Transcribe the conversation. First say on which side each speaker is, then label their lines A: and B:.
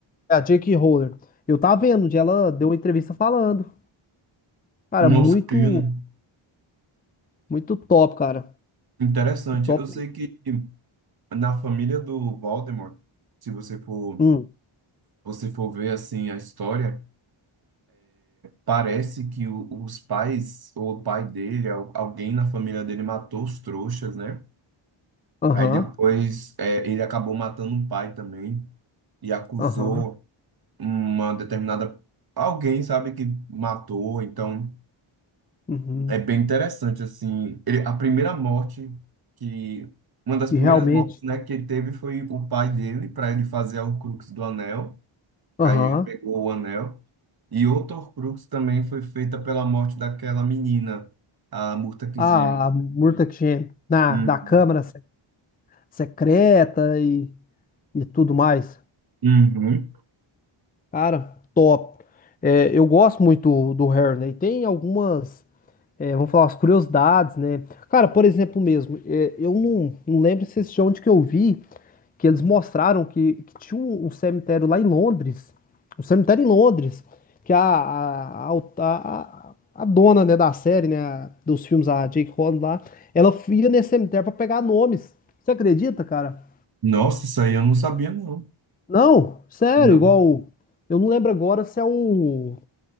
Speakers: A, on the left (about 20°); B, on the right (about 45°).
A: é, a J.K. Rowling. Eu tava vendo onde ela deu uma entrevista falando. Cara,
B: Não
A: muito,
B: sabia, né?
A: muito top, cara.
B: Interessante.
A: Top.
B: Eu sei
A: mesmo.
B: que na família do Voldemort, se você for
A: Hum,
B: você for ver assim a história, parece que o- os pais ou o pai dele, al- alguém na família dele matou os trouxas, né?
A: aham,
B: Aí depois é, ele acabou matando o pai também e acusou
A: aham,
B: uma determinada alguém, sabe, que matou. Então
A: uhum.
B: é bem interessante assim. Ele, a primeira morte que Uma das
A: E
B: primeiras
A: realmente,
B: mortes, né, que ele teve foi o pai dele para ele fazer o Crux do Anel.
A: aham.
B: Aí ele pegou o anel. E outro Horcrux também foi feita pela morte daquela menina, a Murta que
A: A,
B: geme.
A: a Murta Champ na
B: Uhum.
A: da Câmara Se- Secreta e, e tudo mais.
B: Uhum.
A: Cara, top. É, eu gosto muito do Harry, né? E tem algumas É, vamos falar as curiosidades, né? Cara, por exemplo mesmo, é, eu não, não lembro se esse de onde que eu vi, que eles mostraram que, que tinha um, um cemitério lá em Londres, um cemitério em Londres, que a, a, a, a- a- a dona, né, da série, né, a- dos filmes, a Jake Holland lá, ela ia nesse cemitério pra pegar nomes. Você acredita, cara?
B: Nossa, isso aí eu não sabia, não.
A: Não, sério,
B: Não.
A: igual, eu não lembro agora se é o,